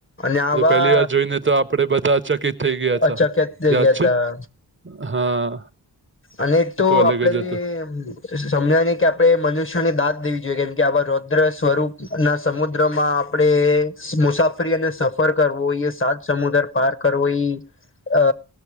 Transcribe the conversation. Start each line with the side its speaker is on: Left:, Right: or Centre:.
Left: અને આવા
Right: પેલી વાર જોઈને તો આપડે બધા ચકિત થઈ ગયા છે
Left: અચકત થઈ
Right: યાદ
Left: ગયા
Right: છે.
Left: તા
Right: હા.
Left: અને એક
Right: એ
Left: તો
Right: અલગ
Left: આપડે
Right: જ
Left: ને
Right: હતું
Left: સમજાય નહી કે આપડણે મનુષ્યને દાંત દેવી જોઈએ કેમ કે આવા રોદ્ર સ્વરૂપના સમુદ્રમાં આપડે મુસાફરી અને સ સફર કરવો એ સાત સમુદ્ર પાર કરવો એ અ